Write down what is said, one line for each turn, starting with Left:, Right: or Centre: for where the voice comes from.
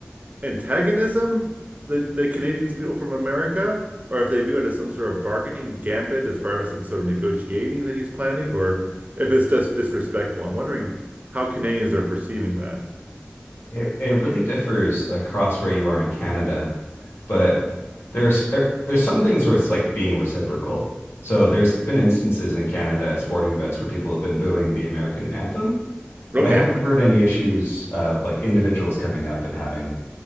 Right: antagonism that the Canadians feel from America, or if they view it as some sort of bargaining gambit as far as some sort of negotiating that he's planning, or if it's just disrespectful. I'm wondering how Canadians are perceiving that.
Left: It it really differs across where you are in Canada, but there's er, there's some things where it's like being reciprocal. So there's been instances in Canada at sporting events where people have been booing the American anthem, but
Right: Okay.
Left: I haven't heard any issues of like individuals coming up and having